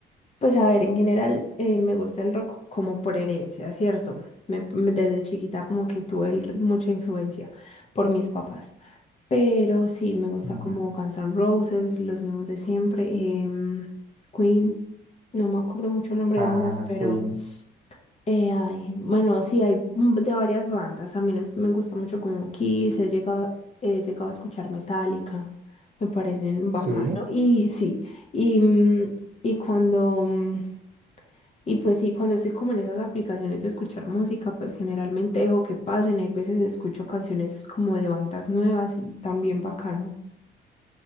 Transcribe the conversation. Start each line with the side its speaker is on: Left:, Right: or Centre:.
Left: Pues a ver, en general eh, me gusta el rock como por herencia, ¿cierto? Me- me- desde chiquita como que tuve el- mucha influencia por mis papás. Pero sí, me gusta
Right: Ujú.
Left: como Guns N' Roses, los nuevos de siempre. em, Queen, no me acuerdo mucho el nombre
Right: Ah,
Left: de bandas, pero
Right: Queen.
Left: eh, hay- bueno, sí, hay un- de varias bandas. A mí les- me gusta mucho como Kiss, he llegado, he llegado a escuchar Metallica, me parecen bacano.
Right: Sí.
Left: Y sí, y, mm, y cuando, mm, y pues sí, cuando estoy como en esas aplicaciones de escuchar música, pues generalmente dejo que pasen. Hay veces escucho canciones como de bandas nuevas y también bacano.